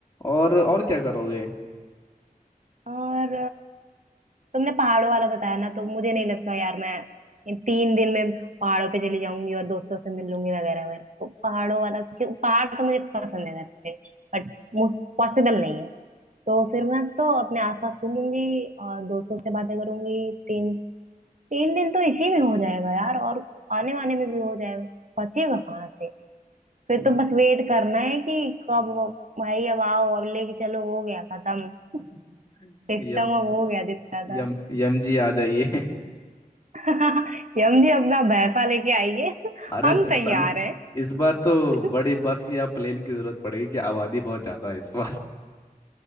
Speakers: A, on the left; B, on the right.
A: और और क्या करोगे
B: और तुमने पहाड़ों वाला बताया ना तो मुझे नहीं लगता यार मैं इन तीन दिन में पहाड़ों पे चली जाऊंगी और दोस्तों से मिल लूंगी वगैरह वगैरह तो पहाड़ों वाला क्यों पहाड़ तो मुझे पसंद है वैसे बट पॉसिबल नहीं है तो फिर मैं तो अपने आसपास घूमूंगी और दोस्तों से बातें करूंगी तीन तीन दिन तो इसी में हो जाएगा यार और आने वाने में भी हो जाएगा बचेगा कहाँ से फिर
A: हम्म।
B: तो बस वेट करना है कि कब भाई अब आओ अब लेके चलो हो गया खत्म
A: <laughs>
B: सिस्टम
A: यम
B: अब हो गया जितना था
A: यम यम जी आ जाइए
B: <laughs> यम जी अपना भैंसा लेके आइए
A: <laughs> अरे
B: हम
A: भैसानी
B: तैयार हैं
A: इस बार तो
B: <laughs>
A: बड़ी बस या प्लेन की जरूरत पड़ेगी कि आबादी बहुत ज्यादा है इस बार